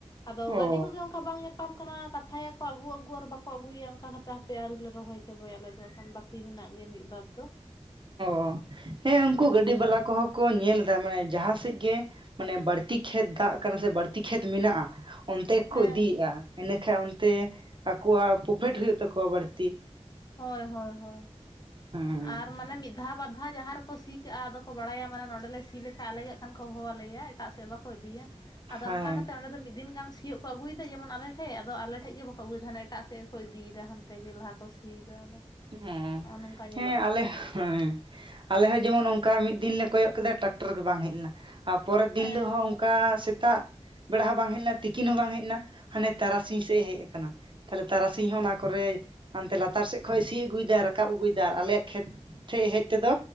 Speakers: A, on the left (about 35°); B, on the right (about 45°).
A: ᱟᱫᱚ ᱜᱟᱹᱰᱤ
B: ᱚ
A: ᱠᱚᱜᱮ ᱚᱱᱠᱟ ᱵᱟᱝ ᱧᱟᱯᱟᱢ ᱠᱟᱱᱟ ᱠᱟᱛᱷᱟᱭᱟᱠᱚ ᱟᱹᱜᱩ ᱟᱹᱜᱩ ᱟᱨ ᱵᱟᱠᱚ ᱟᱹᱜᱩᱭᱮᱫᱭᱟ ᱚᱱᱠᱟ ᱠᱟᱛᱮ ᱦᱟᱯᱮ ᱟᱹᱣᱨᱤᱞᱮ ᱨᱚᱦᱚᱭ ᱪᱟᱵᱚᱭᱟ ᱟᱞᱮ ᱫᱚ ᱮᱠᱷᱚᱱ ᱵᱟ ᱠᱤ ᱢᱮᱱᱟᱜ ᱜᱮᱭᱟ ᱢᱤᱫ ᱵᱟᱨ ᱫᱚ᱾
B: ᱚ ᱦᱮᱸ ᱩᱝᱠᱩ ᱜᱟᱹᱰᱤ
A: ᱦᱳᱭ
B: ᱵᱟᱞᱟ ᱠᱚᱦᱚᱸ ᱠᱚ ᱧᱮᱞ ᱫᱟ ᱢᱟᱱᱮ ᱡᱟᱦᱟᱸ ᱥᱮᱡ ᱜᱮ ᱢᱟᱱᱮ ᱵᱟᱲᱛᱤ ᱠᱷᱮᱛ ᱫᱟᱜ ᱠᱟᱱᱟ ᱥᱮ ᱵᱟᱹᱲᱛᱤ ᱠᱷᱮᱛ ᱢᱮᱱᱟᱜᱼᱟ, ᱚᱱᱛᱮ ᱜᱮᱠᱚ
A: ᱦᱮᱸ
B: ᱤᱫᱤᱭᱮᱜᱼᱟ
A: ᱦᱮᱸ
B: ᱾ ᱤᱱᱮᱠᱟᱡ ᱚᱱᱛᱮ ᱟᱠᱚᱣᱟᱜ ᱯᱨᱚᱯᱷᱤᱴ ᱦᱩᱭᱩᱜ ᱛᱟᱠᱚᱣᱟ ᱵᱟᱹᱲᱛᱤ ᱾
A: ᱦᱳᱭ ᱦᱳᱭ ᱦᱳᱭ
B: ᱦᱮᱸ
A: ᱟᱨ ᱢᱟᱱᱮ ᱢᱤᱫ ᱫᱷᱟᱣ ᱵᱟᱫᱷᱟ ᱡᱟᱦᱟ ᱨᱮ ᱠᱚ ᱥᱤ ᱠᱟᱜᱼᱟ ᱟᱫᱚ ᱠᱚ ᱵᱟᱲᱟᱭᱟ ᱢᱟᱱᱮ ᱱᱚᱸᱰᱮᱞᱮ ᱥᱤ ᱞᱮᱠᱟᱡ ᱟᱞᱮ ᱜᱮ ᱠᱷᱟᱱ ᱠᱚ ᱦᱚᱦᱚᱣᱟᱞᱮᱭᱟ ᱮᱴᱟᱜ ᱥᱮᱫ ᱵᱟᱠᱚ ᱤᱫᱤᱭᱟ ᱾ ᱟᱫᱚ
B: ᱦᱮᱸ
A: ᱚᱱᱠᱟ ᱠᱟᱛᱮ ᱚᱸᱰᱮ ᱫᱚ ᱢᱤᱫᱤᱱ ᱜᱟᱱ ᱥᱤᱭᱳᱜ ᱵᱟᱠᱚ ᱟᱹᱜᱩᱭᱫᱟ ᱡᱮᱢᱚᱱ ᱟᱞᱮ ᱴᱷᱮᱡ, ᱟᱫᱚ ᱟᱞᱮ ᱴᱷᱮᱡ ᱜᱮ ᱵᱟᱠᱚ ᱟᱹᱜᱩᱭᱮᱫ ᱦᱟᱱᱮ ᱮᱴᱟᱜ ᱥᱮᱫᱠᱚ ᱤᱫᱤᱭᱫᱟ ᱦᱟᱸᱱᱛᱮᱜ ᱞᱟᱦᱟ ᱠᱚ ᱥᱤ ᱫᱟ ᱟᱫᱚ᱾
B: ᱚᱸ
A: ᱱᱚᱜᱼᱚ ᱱᱚᱝᱠᱟ ᱧᱮᱞᱚᱜ
B: ᱦᱮᱸ ᱟᱞᱮ
A: ᱠᱟᱱᱟ
B: ᱦᱮᱸ᱾ ᱟᱞᱮ ᱦᱚᱸ ᱡᱮᱢᱚᱱ ᱚᱱᱠᱟ ᱢᱤᱫ ᱫᱤᱱ ᱞᱮ ᱠᱚᱭᱚᱜ ᱠᱮᱫᱟ ᱴᱟᱠᱴᱚᱨ ᱜᱮ ᱵᱟᱝ ᱦᱮᱡ ᱞᱮᱱᱟ ᱟᱨ ᱯᱚᱨᱮᱨᱫ ᱫᱤᱱ
A: ᱦᱮᱸ
B: ᱦᱤᱞᱳᱜ ᱦᱚᱸ ᱚᱱᱠᱟ ᱥᱮ ᱛᱟᱜ ᱵᱮᱲᱟ ᱦᱚᱸ ᱵᱟᱝ ᱦᱮᱡ ᱞᱮᱱᱟ ᱛᱤᱠᱤᱱ ᱦᱚᱸ ᱵᱟᱝ ᱦᱮᱡ ᱮᱱᱟ ᱦᱟᱸᱱᱮ ᱛᱟᱨᱟᱥᱤᱧ ᱥᱮᱫ ᱦᱮᱡ ᱠᱟᱱᱟ᱾ ᱛᱟᱦᱞᱮ ᱛᱟᱨᱟᱥᱤᱧ ᱦᱚᱸ ᱚᱱᱟ ᱠᱚᱨᱮ
A: ᱦᱮᱸ
B: ᱦᱟᱸᱱᱛᱮ ᱞᱟᱛᱟᱨ ᱥᱮᱡ ᱠᱷᱚᱡ ᱥᱤ ᱟᱹᱜᱩᱭᱫᱟ ᱨᱟᱠᱟᱵ ᱟᱹᱜᱩᱭᱫᱟᱭ ᱟᱨ ᱟᱞᱮᱭᱟᱜ ᱠᱷᱮᱛ ᱴᱷᱮᱡ ᱦᱮᱡ ᱛᱮᱫᱚ